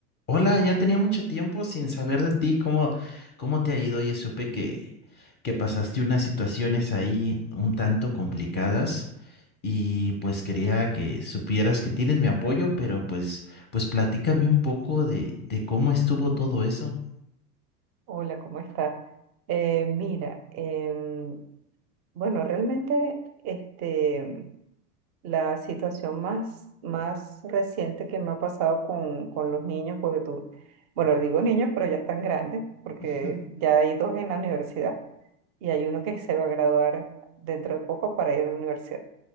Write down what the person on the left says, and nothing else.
Hola, ya tenía mucho tiempo sin saber de ti, ¿cómo, cómo te ha ido? Oye, supe que, que pasaste unas situaciones ahí un tanto complicadas y pues quería que supieras que tienes mi apoyo, pero pues, pues platícame un poco de, de cómo estuvo todo eso.
<laughs>